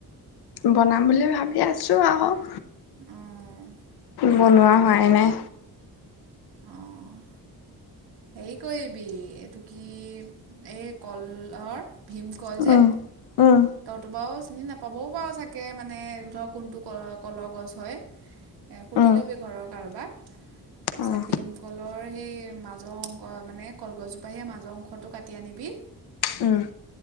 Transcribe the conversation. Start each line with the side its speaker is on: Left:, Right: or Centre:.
Left: বনাম বুলি ভাবি আছো আহক
Right: অ'
Left: বনোৱা হোৱাই নাই
Right: অ' হেৰি কৰিবি এইটো কি এই কলৰ ভীমকল যে
Left: উম উম
Right: তইতো বাও চিনি নাপাবও পাৰো চাগে মানে ধৰক কোনটো ক কলৰ গছ হয়। এ সুধি
Left: উম
Right: লবি ঘৰৰ কাৰোবাক- তাৰপিছত
Left: অ',
Right: ভীমকলৰ, সেই মাজৰ অংক মানে কলগছজোপা সেই মাজৰ অংশটো কাটি আনিবি
Left: উম